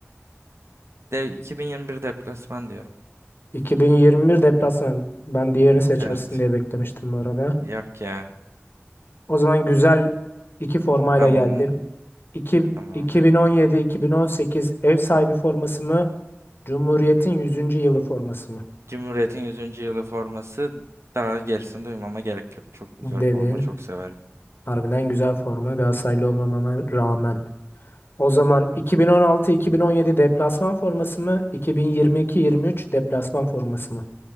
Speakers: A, on the right; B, on the left.
A: De 2021 deplasman diyorum.
B: 2021 deplasman. Ben diğerini seçersin
A: Evet.
B: diye beklemiştim bu arada.
A: Yok ya.
B: O zaman güzel iki formayla
A: Tamam.
B: geldim. İki-
A: Tamam.
B: 2017-2018 ev sahibi forması mı? Cumhuriyet'in yüzüncü yılı forması mı?
A: Cumhuriyet'in 100. yılı forması daha gerisini duymama gerek yok. Çok güzel
B: Dedin.
A: forma. Çok severim.
B: Harbiden güzel forma Galatasaraylı olmamama rağmen. O zaman
A: Hı
B: 2016-2017
A: hı.
B: deplasman forması mı? 2022-23 deplasman forması mı?